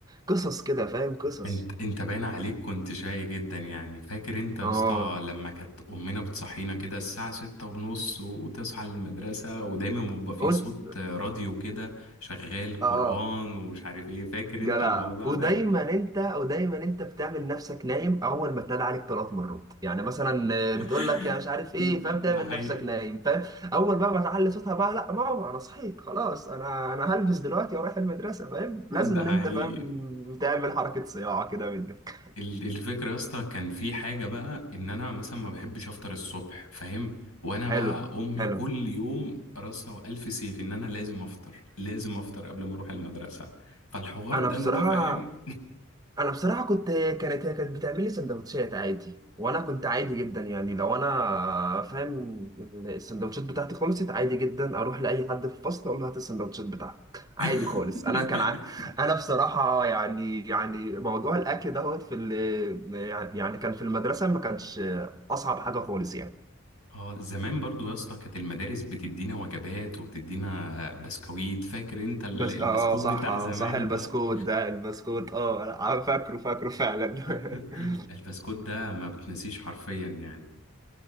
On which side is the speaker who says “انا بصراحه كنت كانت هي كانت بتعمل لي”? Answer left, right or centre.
Right